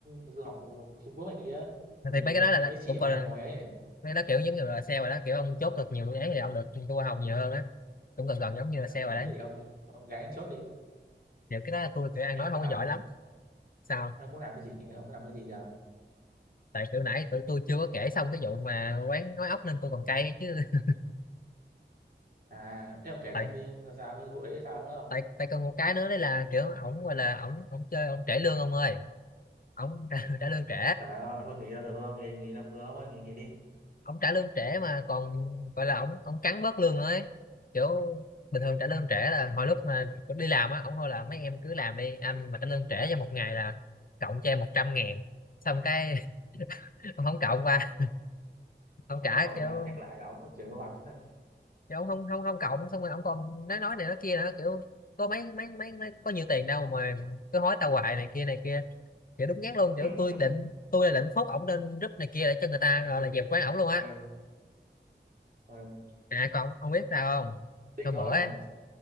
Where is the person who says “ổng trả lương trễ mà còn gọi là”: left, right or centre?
Left